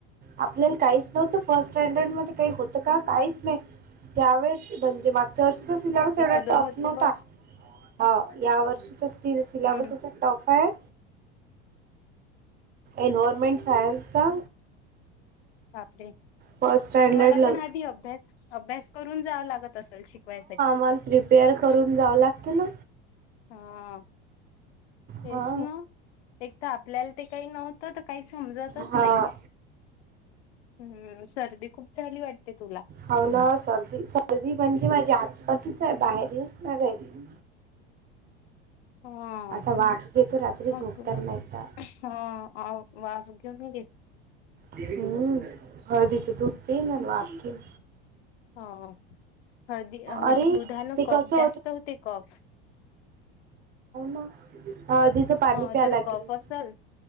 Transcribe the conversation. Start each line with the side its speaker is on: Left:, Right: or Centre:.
Right: आपल्याला काहीच नव्हतं फर्स्ट स्टँडर्ड मध्ये काही होतं काहीच नाही त्यावेेळेस म्हणजे मागच्यार्षच असिल्यामुळे
Left: एक
Right: एवढ
Left: दोन
Right: टफ
Left: होते
Right: नव्हता
Left: बस
Right: ह या वर्षीचा्ट सिलेबस
Left: हम्म
Right: असा टॉफ आहे एनवायर्मेंट सायनसचा
Left: पडे तुम्हाला
Right: फर्स्ट स्टँडर्डला
Left: पण आधी अभ्यास अभ्यास करून जावं लागत असेल शिकवायसाठी
Right: मंत्री पेअर करून जावं लागते ना
Left: हा हेच
Right: हा
Left: ना एक तर आपल्याला ते काही नव्हत तर तर काही समजतच
Right: हा
Left: नाही हम्म सर्दी खूप झाली वाटते तुला
Right: हो ना सर्दी सर्दी म्हणजे माझी आतपातीच आहे बाहेर येऊचणार राहिली
Left: हा
Right: आता वाघ घेतो रात्री
Left: मग
Right: झोपता नाहीता
Left: हा आ वास घेन र
Right: हम्म हळदीचं दूध के वाप
Left: हो हळदी
Right: अरे
Left: दुधानं
Right: ते
Left: कफ
Right: कसं
Left: जास्त होते कफ
Right: ना हदी त पाणी
Left: हा
Right: प्या
Left: जर
Right: लागेल
Left: कफ
Right: नाही
Left: असल